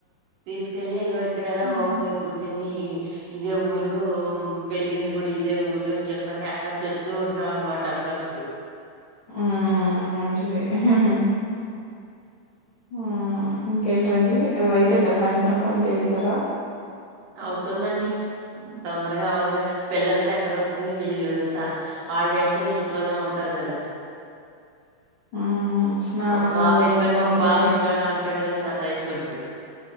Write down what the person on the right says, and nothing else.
తీసుకెళ్ళి ఇక్కడార
బాబు మీరు పుట్టింది ఇదే ఊరు పెరిగింది కూడా ఇదే ఊరు చెప్పని అట్లా చెప్తూ ఉంటాం అనమాట. అప్పుడప్పుడు
అవుతుందండి తొందరగా అవ్వదుగా పిల్లలతో ఎక్కడవుతుంది వీళ్ళు సా హాలిడేసు ఇంట్లోనే ఉంటా టారు కదా
ఒక బాబు వెళ్ళిపోయిన
ఒక
బాబు ఇంట్లోనే ఉంటాడుగా. సాతా ఇస్తుంటాడు